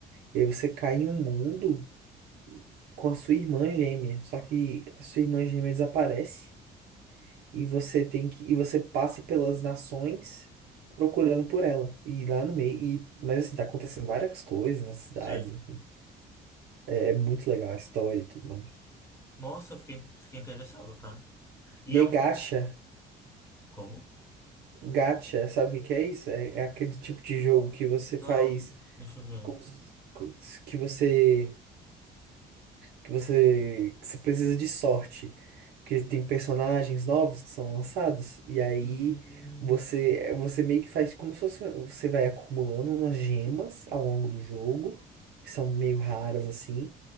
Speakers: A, on the right; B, on the left.
A: E aí você cai em um mundo. com a sua irmã gêmea. Só que a sua irmã gêmea desaparece e você tem que e você passa pelas nações procurando por ela. E lá no meio, e, mas assim, tá acontecendo várias coisas nas cidades,
B: Sim.
A: enfim. É, é muito legal a história e tudo mais.
B: Nossa, eu fiquei, fiquei interessado, tá? E
A: E
B: é
A: aí
B: um.
A: gacha,
B: Como?
A: gacha, sabe o que que é isso? É, é aquele tipo de jogo que você faz
B: Não, deixa eu ver.
A: como se- que você que você que você precisa de sorte, que tem personagens novos que são lançados e aí
B: Hum,
A: você você meio que faz como se fosse, você vai acumulando umas gemas ao longo do jogo, que são meio raras assim,